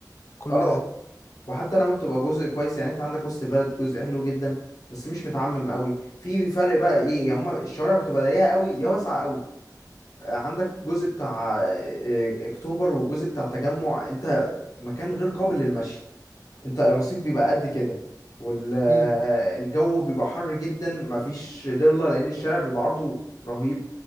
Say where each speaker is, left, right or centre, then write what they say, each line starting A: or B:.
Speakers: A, on the left (about 35°); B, on the left (about 55°).
A: كل
B: اه
A: ده
B: وحتى لما بتبقى جزء كويس يعني انت عندك وسط بلد جزء حلو جدا بس مش متعمم قوي في فرق بقى ايه يا هما الشوارع بتبقى ضيقه قوي يا واسعه قوي آه، عندك جزء بتاع آه، آه، اكتوبر وجزء بتاع التجمع انت مكان غير قابل للمشي انت الرصيف بيبقى قد كده والجو
A: امم
B: بيبقى حر جدا مفيش ضله لان الشارع بيبقى عرضه رهيب